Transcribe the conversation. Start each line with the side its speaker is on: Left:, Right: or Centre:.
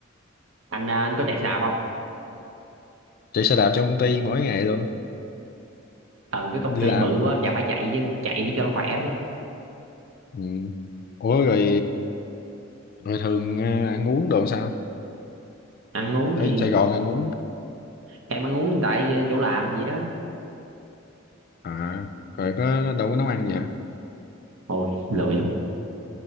Right: anh à, anh có chạy xe đạp không
Left: chạy xe đạp trong công ty mỗi ngày luôn
Right: ừ cái công
Left: đi
Right: ty
Left: làm
Right: bự quá chả phải chạy chứ chạy để cho nó khỏe chứ
Left: ừ. ủa rồi rồi thường ờ, ăn uống đồ sao
Right: ăn uống
Left: ở
Right: thì
Left: Sài Gòn ăn uống
Right: em ăn uống tại ờ, chỗ làm gì đó
Left: à rồi có đâu có nấu ăn gì hả
Right: ôi lười lắm